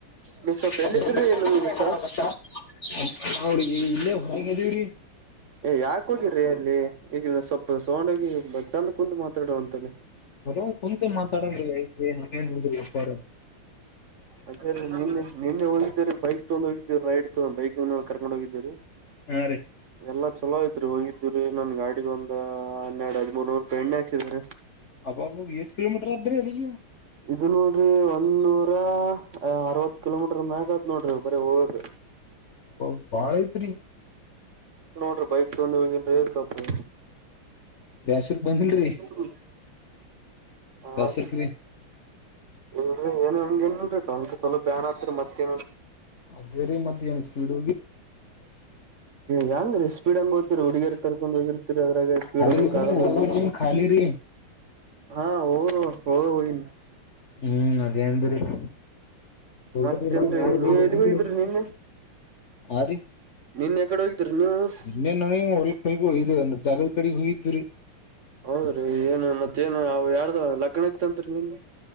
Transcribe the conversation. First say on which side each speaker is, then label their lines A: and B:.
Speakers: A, on the right; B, on the left.
A: ನೀವ್ ಸ್ವಲ್ಪ
B: <unintelligible>
A: ಎಲ್ಲಿದ್ರಿ ನಮ್ಗೆ ಸ
B: ನ್ರಿ ಇಲ್ಲೇ ಹೊಗಿದೇವ್ರಿ.
A: ಯಾಕ ಹೋಗಿರ್ರಿ ಅಲ್ಲಿ ಈಗ ಸ್ವಲ್ಪ ಸೌಂಡಗಿ ಚಂದ ಕುಂತ ಮಾತಾಡುವಂತಲ್ಲಿ.
B: ಹರ ಕುಂತ ಮಾತಾಡಂಗ್ರೀ ಐತ್ರಿ ಹೇನು ಹಂದ್ರಿ ಎಪ್ಪಾರ
A: ಅದೆ ನಿನ್ನೆ ನಿನ್ನೆ ಹೋಗಿದ್ದರೆ ಬೈಕ್ ತಗೊಂಡ ಹೋಗಿದ್ದೀರು ರೈಡ್ ತಗೊಂಡ ಬೈಕ್ಲ್ಲಿ ಕರ್ಕೊಂಡು ಹೋಗಿದ್ದೀರಿ.
B: ಹಾ ರೀ
A: ಎಲ್ಲಾ ಚಲೋ ಐತ್ರಿ ಹೋಗಿದ್. ಇದರಿ ನನ್ ಗಾಡಿಗೆ ಒಂದ್ ಹನ್ನೆರಡು ಹದಿಮೂರ್ನೂರುಪ ಎಣ್ಣೆ ಹಚಿದ್ರಿ.
B: ಅಬ್ಬಾಬ ಎಷ್ಟ್ ಕಿಲೋಮೀಟರ್ ಆದ್ರಿ ಅಲ್ಲಿಗೆ
A: ಇದು ನೋಡ್ರಿ ಒಂದ ನೂರ ಅರವತ್ತು ಕಿಲೋಮೀಟರ್ ಮ್ಯಾಗದ್ ನೋಡ್ರಿ ಬರಿ ಹೋಗಕೆ.
B: ಅಬ್ಬಾಬ್ ಬಾಳ ಐತ್ರಿ
A: ನೋಡ್ರಿ ಬೈಕ್ ತೊಂದು ಹೋಗಿನ್ ಸೊಪ್ಪು
B: ಬ್ಯಾಸರ್ಗ್ ಬಂದಿಲ್ರಿ
A: <unintelligible> ಹ
B: ಬ್ಯಾಸರ್ಕ್ರಿ
A: ಇಲ್ರಿ ಏನು ಹಂಗ <unintelligible> ಸ್ವಲಪ ಬ್ಯಾನ್ ಹತ್ರ ಮತ್ತೇ
B: ಅದೇ ರೀ ಮತ್ ಏನ್ ಸ್ಪೀಡ್ ಹೋಗಿ
A: ಯಂಗ ರಿ ಸ್ಪೀಡಂಗೂತ್ತರು ಹುಡ್ಗೀರ್. ಕರ್ಕೊಂಡ್ ಹೋಗಿರ್ತೀರಿ ಅದ್ರಾಗ ಸ್ಪೀಡ್
B: ಅದ್ರಿ
A: ಹೋಗಕ್ ಆಗಲ್ಲ
B: ಹೋಗೋ ಟೈಮ್ ಖಾಲಿ ರೀ
A: ಹ ಹ ಹ ಹೋಗಿವ್ನಿ
B: ಹ್ಮ್ ಅದೇಂದ್ರೀ <unintelligible>
A: ಮತ್ತೇನ್ರಿ ನೀವ್ ಎಲ್ಲಿಗ್ ಹೋಗಿದ್ರಿ ನಿನ್ನೆ
B: ಆ ರೀ
A: ನಿನ್ನೆ ಯಕಡೆ ಹೋಗಿದ್ರಿ ನೀವು
B: ನಿನ್ನೆ ನನಗೆ ಹೊಲ್ ಕೈಗಯದು ಅ ಜಾಗಲ್ ಕಡಿ ಹೋಗಿ ಇದ್ದುರಿ
A: ಹೌದ್ರಿ ಏನು ಮತ್ತೇಏನು ಯಾರ್ದ ಲಗ್ನ ಇತ್ತತ್ರಿ ನಿನ್ನಿ